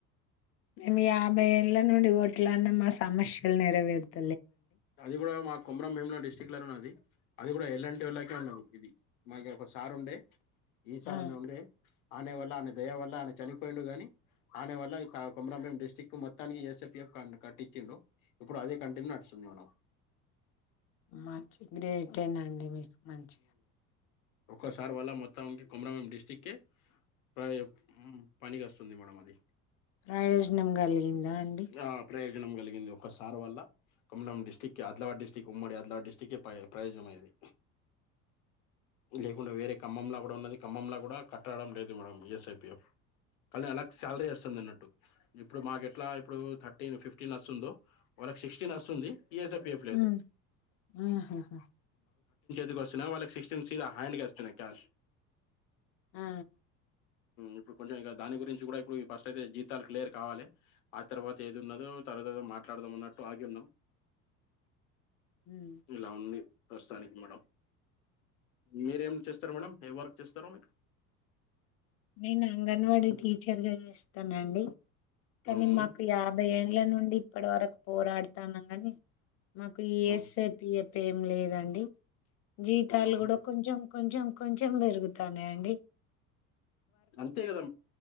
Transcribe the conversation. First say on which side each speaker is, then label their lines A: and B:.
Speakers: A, on the left (about 35°); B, on the left (about 65°).
A: ము యాభై ఎల నుండి కోట్లడినము మా సమస్యలు నెరవేరుత
B: అది కూడా మా కొమరం భీములం డిస్టిక్ట్ లలోన్నది అది కూడా ఎలాంటి వాళ్ళకే ఉన్నా ఇది మాకు ఒకసార్ ఉండే ఈసార్
A: ఆ
B: అని ఉండే ఆనే వల్ల ఆమె దయ వల్ల ఆయన చనిపోయిండు గాని ఆనే వల్ల కొమరంపురం డిస్టటిక్ట్ కు మొత్తానికి ఎస్పిఎఫ్ కట్టించండు ఇప్పుడు అదే కంటిన్యూ నడుస్తుాంది స్తుంది మేడం
A: మంచి గ్రేట్యేనాండి మీకు మంచిగా
B: ఒక సార్ వల మోత్తానికి కొమరం బీమ్ డిస్ చిక్కే ప్ర పనికి వస్తుంది మేడం అది
A: ప్రయోజనం కలిగిందా అండి
B: ఆ ప్రయోజనం కలిగింది ఒకసార్ వల్ల కొమ్మలం డిస్టిక్ి ఆదిలాబాద్ డిస్టిక్ ఉమ్మడి ఆదిలాబద్ డిస్టిక్ే ప్ర ప్రయోజనమైంది లేకుండా వేరే ఖమ్మంలా కూడా ఉన్నది ఖమ్మంలా కూడా కట్టడం లేదు మేడం ఎస్ఐపి కానీ అలా శాలరీ వస్తుంది అన్నట్టు ఇప్పుడు మాకు ఎట్లా ఇప్పుడు థర్టీన్ ఫిఫ్టీన్ వస్తుందో వాళ్ళకి సిక్స్టీన్ వస్తుంది పిఫ్ లేదు
A: ఉమ్ ఆహాహా
B: కు వస్తున్నా వాళ్ళకి సిక్స్టీన్ హ్యాండ్గా వస్తున్నాయి క్యాష్
A: ఆ
B: ఇప్పుడు కొంచెం ఇంక దాని గురించి కూడా ఇప్పుడు ఫస్ట్ అయితే జీతాలు క్లియర్ కావాలి ఆ తర్వాత ఏది ఉన్నదో తర్వాత మాట్లాడదాం అన్నట్టు ఆగి ఉన్నాం
A: ఉమ్
B: ఇలా ఉంది ప్రస్తుతానికి మేడం మీరేం ఏం చేస్తారు మేడమ్ ఎం వర్క్ చేస్తారు మీరు
A: నేను అంగన్వాడీ టీచర్గా ఇస్తానండి కానీ
B: ఉమ్
A: మాకు యాభై ఎన్ల నుండి ఇప్పటి వరకు పోరాడుతాన్నాము కానీ మాకు ఈ
B: ఉమ్
A: ఎస్పిపిఎఫ్ ఏం లేదండి జీతాలు
B: ఉమ్
A: కూడా కొంచెం కొంచెం కొంచెం పెరుగుతానయి అండి
B: అంతే కదా